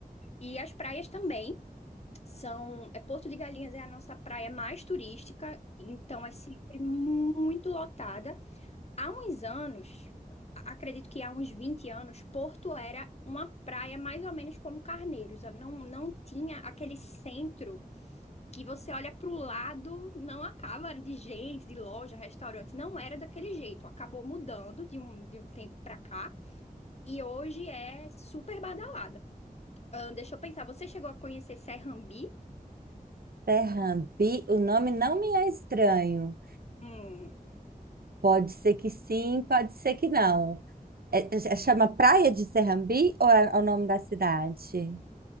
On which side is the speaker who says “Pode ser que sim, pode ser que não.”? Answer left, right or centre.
Right